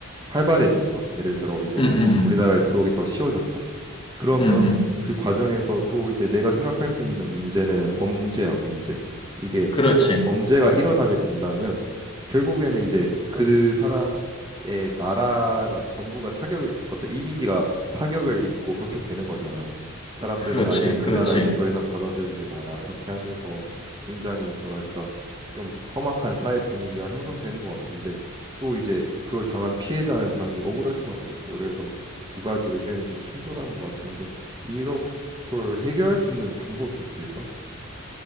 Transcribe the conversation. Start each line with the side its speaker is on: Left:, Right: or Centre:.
Right: 활발해졌어. 예를 들어 이제
Left: 음, 음,
Right: 우리나라에 들어오기 더 쉬워졌다. 그러면
Left: 음, 음, 음.
Right: 그 과정에서 또 이제 내가 생각할 수 있는 문제는 범죄야, 범죄. 이게
Left: 그렇지.
Right: 범- 범죄가 일어나게 된다면 결국에는 이제 그 사람의 나라가 전부가 타격을 어떤 이미지가 타격을 입고 그렇게 되는 거잖아. 사람들은
Left: 그렇지.
Right: 아 이제 그
Left: 그렇지.
Right: 나라 이제 더 이상 받아들이지 마라 이렇게 하면서 굉장히 뭐랄까 좀 험악한 사회 분위기가 형성되는 것 같은데 또 이제 그걸 당한 피해자는 당연히 억울할 수밖에 없고 그래서 두 가지 의견이 좀 충돌하는 것 같은데 이런 걸 해결할 수 있는 방법이 있을까?